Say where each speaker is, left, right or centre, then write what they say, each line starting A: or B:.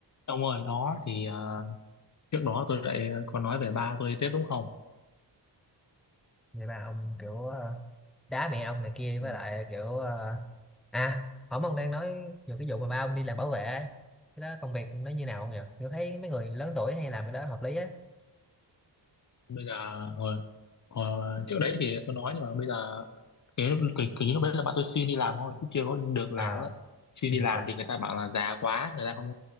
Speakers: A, on the left (about 45°); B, in the centre.
A: Ông ơi, đó thì ờ, trước đó tôi lại có nói về ba tôi đi tiếp đúng không?
B: người ba ông kiểu ờ, đá mẹ ông này kia với
A: Ừ.
B: lại kiểu ờ, à hổm ông đang nói về cái vụ mà ba ông đi làm bảo vệ ấy. cái đó công việc nó như nào không nhỉ tôi thấy mấy người lớn tuổi hay làm cái đó hợp lý á
A: Bây giờ hồi, hồi, trước đấy thì tôi nói nhưng mà bây giờ cái lúc cái, cái lúc đấy là ba tôi xin đi làm thôi chứ chưa có được làm
B: à
A: ấy. Xin
B: chưa
A: đi
B: được
A: làm
B: làm
A: thì người ta bảo là già quá, người ta không